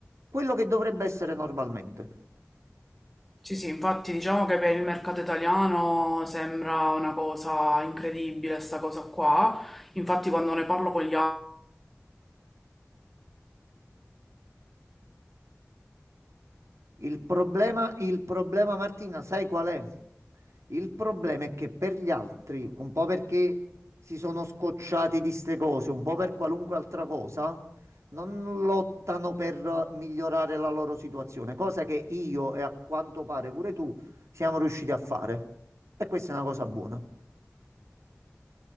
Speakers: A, on the right; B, in the centre.
A: Quello che dovrebbe essere normalmente.
B: Sì, sì, infatti diciamo che per il mercato italiano sembra una cosa incredibile sta cosa qua, infatti quando ne parlo con gli altri
A: Il problema, il problema, Martina, sai qual è? Il problema è che per gli altri, un po' perché si sono scocciati di ste cose, un po' per qualunque altra cosa, non lottano per migliorare la loro situazione, cosa che io e a quanto pare pure tu siamo riusciti a fare. E questa è una cosa buona.